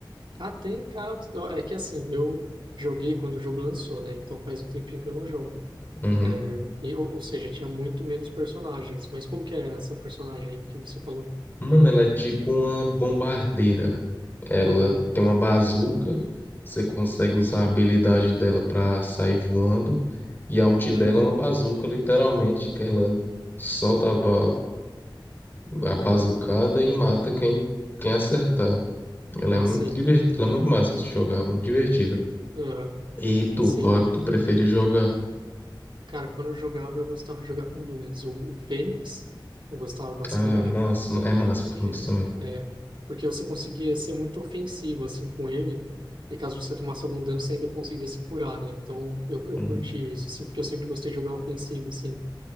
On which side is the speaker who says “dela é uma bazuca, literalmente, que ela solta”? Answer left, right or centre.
Left